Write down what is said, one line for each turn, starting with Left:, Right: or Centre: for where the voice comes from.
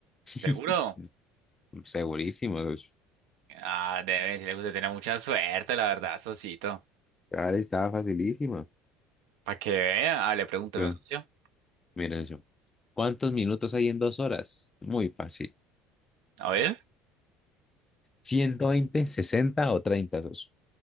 Left: <laughs>
Right: ¿Seguro?
Left: Segurísimo. socio.
Right: Ah, debe decirle que usted tiene mucha suerte, la verdad, socito.
Left: Claro, estaba facilísima.
Right: Para que vea, ah, le pregúnteme,
Left: Pero
Right: socio.
Left: Mira yo. ¿Cuántos minutos hay en dos horas? Muy fácil.
Right: A ver.
Left: ciento veinte 60 o treinta socio.